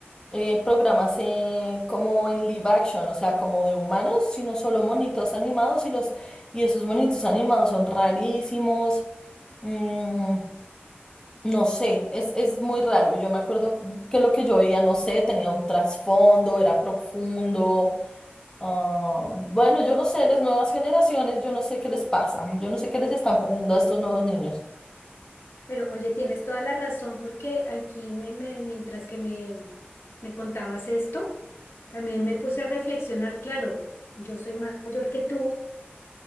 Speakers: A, on the left; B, on the left.
A: eh, programas eh, como en live action, o sea, como de humanos, sino solo monitos animados y los y esos monitos animados son rarísimos. mm, no sé, es, es muy raro. Y yo me acuerdo que lo que yo veía, no sé, tenía un trasfondo, era profundo. ah, bueno, yo no sé, las nuevas generaciones, yo no sé qué les pasa, yo no sé qué les están poniendo a estos nuevos niños.
B: Pero oye, tienes toda la razón porque aquí me, me- mientras que me, me contabas esto, también me puse a reflexionar, claro, yo soy mayor que tú,